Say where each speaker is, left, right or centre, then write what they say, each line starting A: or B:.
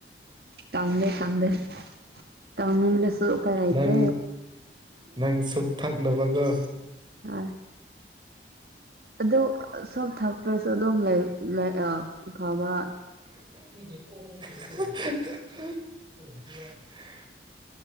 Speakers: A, on the right; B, on the right.
A: ꯀꯪꯗꯦ ꯀꯪꯗꯦ ꯀꯪꯅꯤꯡꯉꯁꯨ ꯎꯄꯥꯏ ꯂꯩꯇꯦ꯫
B: ꯅꯪ ꯅꯪ ꯁꯨꯞ ꯊꯛꯅꯕꯒ꯫
A: ꯍ꯫ ꯑꯗꯨ ꯁꯨꯞ ꯊꯛꯇꯔꯁꯨ ꯑꯗꯨꯝ ꯂꯩ ꯂꯩ ꯑꯥ ꯐꯕ꯫
B: <unintelligible>